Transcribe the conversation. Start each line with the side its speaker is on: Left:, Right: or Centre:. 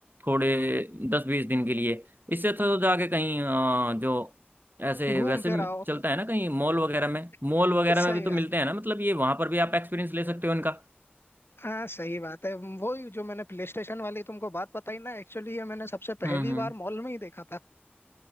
Right: थोड़े दस बीस दिन के लिए इससे अच्छा तो जाके कहीं अ, जो ऐसे
Left: घूम
Right: वैसे
Left: फिर
Right: म-
Left: आओ
Right: चलता है ना कहीं मॉल वगैरह में मॉल
Left: <laughs>
Right: वगैरह
Left: सही
Right: में भी तो
Left: बात
Right: मिलते हैं ना मतलब ये वहां पर भी आप एक्सपीरियंस ले सकते हो इनका
Left: हाँ सही बात है वही जो मैंने प्ले स्टेशन वाली तुमको बात बताई ना एक्चुअली ये मैंने सबसे पहली
Right: हम्म हम्म
Left: बार मॉल में ही देखा था